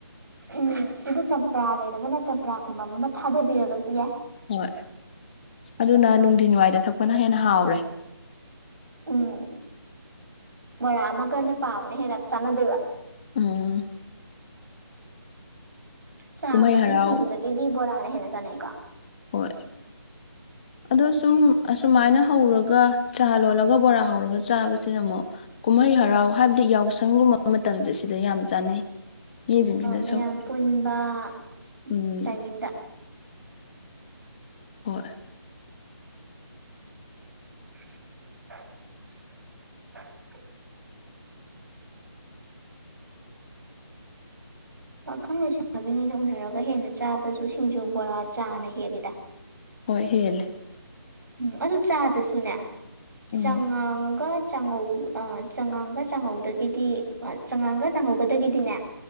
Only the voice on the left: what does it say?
ꯍꯣꯏ ꯑꯗꯨꯅ ꯅꯨꯡꯊꯤꯟꯋꯥꯏꯗ ꯊꯛꯄꯅ ꯍꯦꯟꯅ ꯍꯥꯎꯔꯦ
ꯎꯝ
ꯀꯨꯝꯍꯩ ꯍꯔꯥꯎ
ꯍꯣꯏ ꯑꯗꯣ ꯁꯨꯝ ꯑꯁꯨꯃꯥꯏꯅ ꯍꯧꯔꯒ ꯆꯥ ꯂꯣꯜꯂꯒ ꯕꯣꯔꯥ ꯍꯧꯔꯒ ꯆꯥꯕꯁꯤꯅ ꯑꯃꯨꯛ ꯀꯨꯝꯍꯩ ꯍꯔꯥꯎ ꯍꯥꯏꯕꯗꯤ ꯌꯥꯎꯁꯪꯒꯨꯝꯕ ꯃꯇꯝꯁꯦ ꯁꯤꯗ ꯌꯥꯝ ꯆꯥꯟꯅꯩ <unintelligible>
ꯁꯨꯝ
ꯎꯝ
ꯍꯣꯏ
ꯍꯣꯏ ꯍꯦꯜꯂꯤ
ꯎꯝ